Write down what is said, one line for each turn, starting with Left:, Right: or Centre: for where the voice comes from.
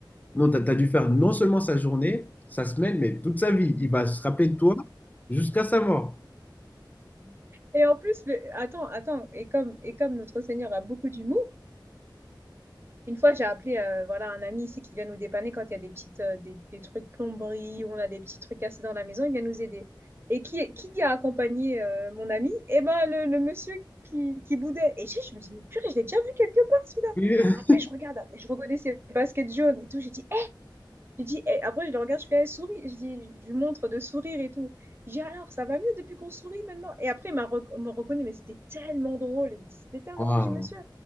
Left: Non, t'as, t'as dû faire non seulement sa journée, sa semaine, mais toute sa vie. Il va se rappeler de toi jusqu'à sa mort.
Right: Et en plus, le- attends, attends, et comme, et comme notre Seigneur a beaucoup d'humour, une fois j'ai appelé euh, voilà, un ami ici qui vient nous dépanner quand il y a des petites euh, des, des trucs plomberie, ou on a des petits trucs cassés dans la maison, il vient nous aider. Et qui, qui a accompagné euh, mon ami? Eh ben le, le monsieur qui, qui boudait. Et je, je me dis, mais purée, je l'ai déjà vu quelque part celui-là.
Left: <laughs>
Right: Après, je regarde, je reconnais ses baskets jaunes et tout. J'ai dit, je dis, eh, après, je le regarde, je fais, eh, souris. Je dis, je lui montre de sourire et tout. Je dis, alors, ça va mieux depuis qu'on sourit maintenant. Et après, il m'a rec- me reconnu, mais c'était tellement drôle. Il dit, c'était tellement
Left: Wow.
Right: drôle. Je dis, monsieur,